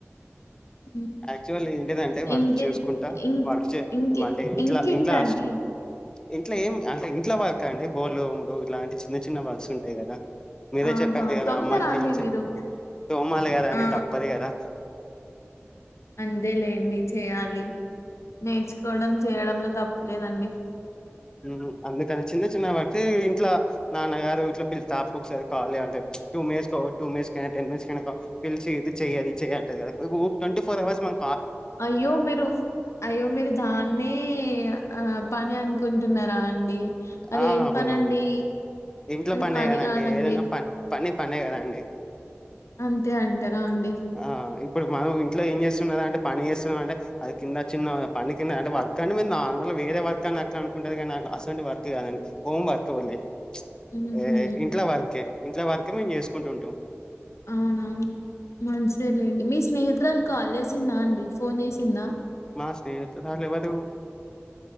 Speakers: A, on the left; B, on the left.
A: ఉమ్,
B: యాక్చువల్ ఏంటిదంటే వర్క్
A: ఇంకే
B: చేసుకుంటా
A: ఇం
B: వర్క్ చే
A: ఇంకే
B: అంటే ఇంట్లా
A: ఇంకేంటండి
B: ఇంట్లో స్ట్ ఇంట్లో ఏం అంటే ఇంట్లో వర్క్ అండి బోల్ముడు ఇలాంటి చిన్న చిన్న వర్క్స్ ఉంటాయి కదా మీరే
A: ఆహా
B: చెప్పారు కదా
A: తోముతారా
B: అమ్మకి హెల్ప్
A: అండి మీరు
B: తోమాలి కదా అండి
A: ఆ
B: తప్పదు కదా
A: అంతే లేండి చేయాలి నేర్చుకోవడం చేయడంలో తప్పు లేదండి
B: ఉ అందుకని చిన్న చిన్న వాటి ఇంట్ల నాన్నగారు ఇట్లో పిలిసి తపకొక సారి కాల్ చేయ్ అంటే టూ మేయర్స్కో టూ మేయర్స్ కైనా టెన్ మియర్స్ కైనాక పిలిచి ఇది చెయ్ అది చెయ్ అంటది కదా ట్వంటీ ఫోర్ అవర్స్ మన
A: అయ్యో మీరు అయ్యో మీరు దాన్నే ఆ పని అనుకుంటున్నారా అండి అది
B: ఆ
A: ఏం
B: అవునవును
A: పనండి
B: ఇంట్లో
A: అది
B: పనే
A: పని
B: కదండి
A: కాదండి
B: ఏదైనా ప పని పనే కదా అండి
A: అంతే అంటారా అండి
B: ఆ ఇప్పుడు మనం ఇంట్లో ఏం చేస్తున్నద అంటే పని చేస్తున్నాం అంటే అది కింద చిన్న పని కింద అంటే వర్క్ అంటే నార్మల్ వేరే వర్క్ అని అట్లా అనుకుంటేది కానీ నా అస్సంటి వర్క్ కాదండి హోమ్ వర్క్ ఉంది
A: ఉహు
B: ఏ ఇంట్ల వరకే ఇంట్ల వరక ఇం మేము చేసుకుంటు ఉంటాం
A: అవునా మంచిదేలేండి మీ స్నేహితురాలు కాల్ చేసిందా అండి ఫోన్ చేసిందా
B: మా స్నేహితురాలు ఎవరు